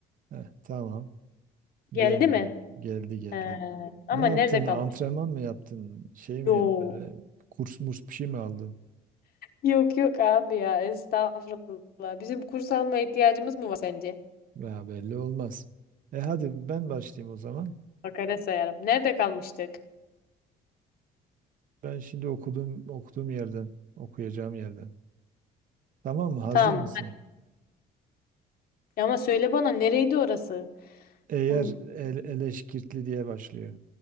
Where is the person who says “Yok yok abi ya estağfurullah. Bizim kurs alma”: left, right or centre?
Left